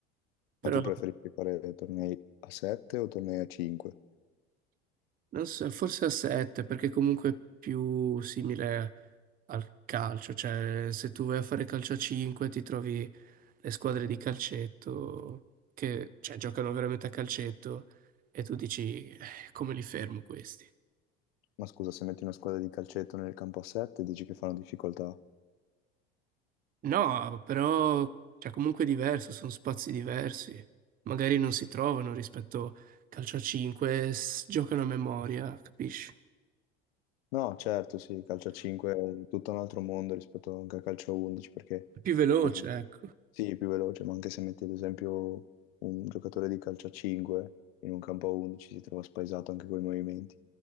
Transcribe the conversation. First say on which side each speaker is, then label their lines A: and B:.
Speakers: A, on the right; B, on the left.
A: Però
B: Ma tu preferisci fare tornei a 7 o tornei a 5?
A: Non so, forse a 7, perché comunque è più simile al calcio, cioè se tu vai a fare calcio a 5 ti trovi le squadre di calcetto che cioè, giocano veramente a calcetto e tu dici "Eh, come li fermo questi?
B: Ma scusa, se metti una squadra di calcetto nel campo a 7, dici che fanno difficoltà?
A: No, però cioè, comunque è diverso, sono spazi diversi, magari non si trovano rispetto calcio a 5, s- giocano a memoria, capisci?
B: No, certo, sì, calcio a 5 è tutto un altro mondo rispetto anche a calcio a 11 perché,
A: È più veloce,
B: ad esempio,
A: ecco.
B: sì, è più veloce, ma anche se metti ad esempio un giocatore di calcio a 5 in un campo a 11 si trova spaesato anche con i movimenti.